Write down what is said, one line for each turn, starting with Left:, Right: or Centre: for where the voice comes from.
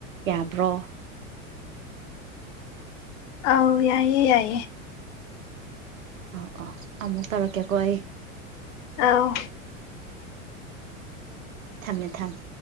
Right: ꯌꯥꯕ꯭ꯔꯣ
Left: ꯑꯥꯎ ꯌꯥꯏꯌꯦ ꯌꯥꯏꯌꯦ
Right: ꯑꯥꯎ ꯑꯥꯎ ꯑꯃꯨꯛ ꯇꯧꯔꯛꯀꯦꯀꯣ ꯑꯩ
Left: ꯑꯧ
Right: ꯊꯝꯃꯦ ꯊꯝꯃꯦ